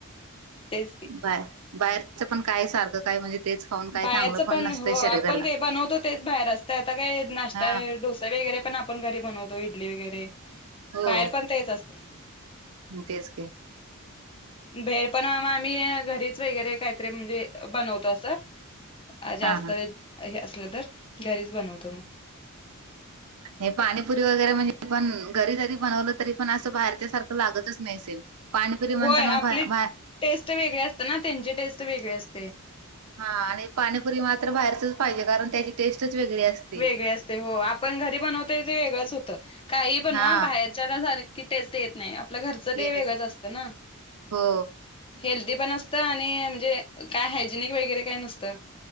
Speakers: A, on the left; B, on the right.
A: तेच की.
B: बाहेर, बाहेरच पण काय सारखं काय म्हणजे तेच खाऊन काय
A: बाहेरच
B: चांगलं
A: पण
B: नसतंय
A: हो
B: शरीराला
A: आपण जे बनवतो तेच बाहेर असत आता काय नाश्ता
B: हा
A: वे डोसे वगैरे पण आप घरी बनवतो इडली वगैरे
B: हो
A: बाहेर पण तेच असतं.
B: तेच की.
A: भेळ पण म आम्ही घरीच वगैरे काहीतरी म्हणजे बनवतो असं. जास्त
B: हा
A: हे असलं तर घरीच बनवतो मग.
B: हे पाणीपुरी वगैरे म्हणजे पण घरी जरी बनवलं तरी पण असं बाहेरच्या सारखं लागतच नाही सेम? पाणीपुरी म्हणताना
A: होय आपली
B: बा- बा-
A: टेस्ट वेगळी असते ना त्यांची टेस्ट वेगळी असते.
B: हा आणि पाणीपुरी मात्र बाहेरचच पाहिजे कारण त्याची टेस्टच वेगळी असते
A: वेगळी असते हो आपण घरी बनवतो ते वेगळंच होतं काही बनवा
B: हा
A: बाहेर त्याच्या सारखी टेस्ट येत नाई आपलं घरचं
B: येतच
A: ते वेगळंच असत ना.
B: हो
A: हेल्दी पण असतं आणि म्हणजे काय हायजेनिक वगैरे काय नसतं.